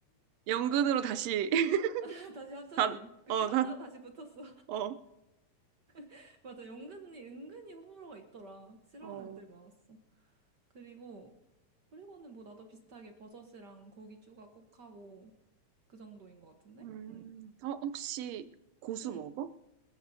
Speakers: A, on the right; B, on the right.
A: 연금으로
B: 그래,
A: 다시. <laughs>
B: <laughs> 다시 합쳐짐.
A: 난,
B: 그
A: 어,
B: 깨졌다가
A: 난,
B: 다시 붙었어.
A: 어,
B: <laughs> 맞아, 연근이, 은근히 호불호가 있더라. 싫어하는
A: 어.
B: 애들 많았어. 그리고, 그리고는 뭐 나도 비슷하게 버섯이랑 고기 추가 꼭 하고, 그 정도인 것 같은데?
A: 음,
B: 응.
A: 어, 혹시
B: 응.
A: 고수
B: 응.
A: 먹어?